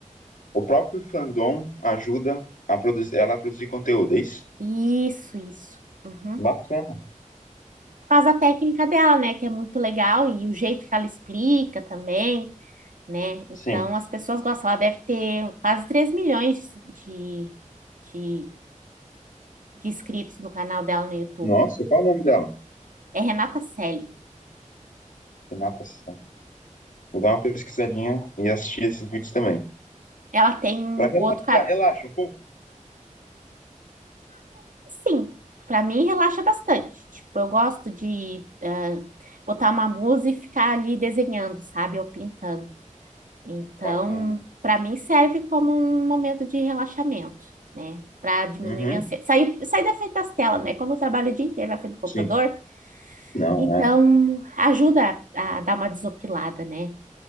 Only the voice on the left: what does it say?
O próprio fandom ajuda a produzir, ela a produzir conteúdo, é isso?
Bacana.
Sim.
Nossa, qual é o nome dela?
de natação. Vou dar uma pesquisadinha e assistir esses vídeos também.
Pra
relaxar,
relaxa um pouco.
Bacana.
Uhum,
sim. Não,
é.